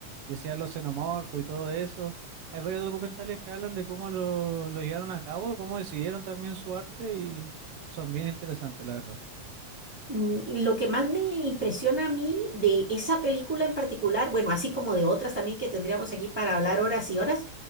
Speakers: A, on the right; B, in the centre.
A: decía los xenomorfos y todo eso. Hay varios documentales que hablan de cómo lo, lo llevaron a cabo, cómo decidieron también su arte y son bien interesantes, la verdad.
B: Mm, Lo que más me impresiona a mí de esa película en particular, bueno, así como de otras también que tendríamos aquí para hablar horas y horas,